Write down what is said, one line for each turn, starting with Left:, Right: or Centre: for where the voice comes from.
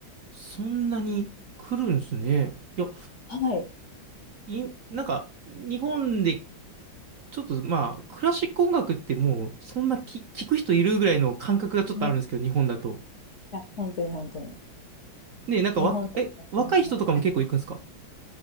Right: そんなに来るんですね。いや、
Left: はい。
Right: い、なんか、日本で、ちょっとまあ、クラシック音楽ってもう、そんなき、聞く人いるぐらいの感覚がちょっとあるんですけど、
Left: ねい
Right: 日本だと。
Left: や、本当に本当に。
Right: ね、なんかわ、
Left: 日本だと本当にもう
Right: え、若い人とかも結構行くんですか